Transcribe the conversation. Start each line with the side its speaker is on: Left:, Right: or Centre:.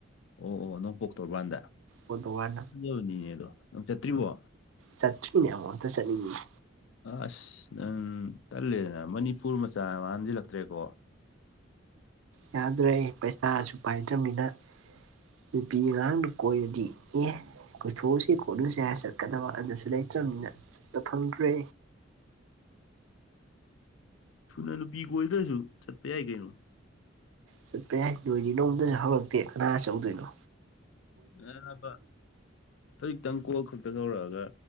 Left: ꯑꯣ ꯑꯣ ꯅꯣꯡꯄꯣꯛ ꯇꯣꯔꯕꯥꯥꯟꯗ
Right: ꯀꯣꯇꯣꯕꯥꯟ
Left: ꯐꯥꯖꯕꯅꯤꯅꯦ ꯑꯗꯣ ꯅꯪ ꯆꯠꯇ꯭ꯔꯤꯕꯣ
Right: ꯆꯠ꯭ꯔꯤꯅꯦ ꯑꯃꯨꯛ ꯑꯃꯇꯪ ꯆꯠꯅꯤꯡꯉꯤꯅꯦ
Left: ꯑꯁ ꯅꯪ ꯇꯜꯂꯦꯅ ꯃꯅꯤꯄꯨꯔ ꯃꯆꯥ ꯃꯥꯟꯖꯤꯜꯂꯛꯇ꯭ꯔꯦꯀꯣ
Right: ꯌꯥꯗ꯭ꯔꯦ ꯑꯩ ꯄꯩꯁꯥꯁꯨ ꯄꯥꯏꯗ꯭ꯔꯃꯤꯅ ꯅꯨꯄꯤ ꯑꯉꯥꯡꯗꯨ ꯀꯣꯏꯔꯗꯤ ꯑꯦ ꯀꯣꯏꯊꯣꯛꯎꯁꯤ ꯈꯣꯠꯂꯨꯁꯤ ꯍꯥꯏꯔ ꯆꯠꯀꯗꯕ ꯑꯗꯨꯁꯨ ꯂꯩꯇ꯭ꯔꯕꯅꯤꯅ ꯆꯠꯄ ꯐꯪꯗ꯭ꯔꯦ
Left: ꯊꯨꯅ ꯅꯨꯄꯤ ꯀꯣꯏꯗ꯭ꯔꯁꯨ ꯆꯠꯄ ꯌꯥꯏ ꯀꯩꯅꯣ
Right: ꯆꯠꯄ ꯌꯥꯏ ꯅꯣꯏꯗꯤ ꯅꯣꯡꯃꯇꯁꯨ ꯍꯧꯔꯛꯇꯦ ꯀꯅꯥ ꯆꯠꯂꯨꯗꯣꯏꯅꯣ
Left: ꯅꯕ ꯍꯧꯖꯤꯛꯇꯪ ꯀꯣꯜ ꯈꯛꯇ ꯇꯧꯔꯛꯑꯒ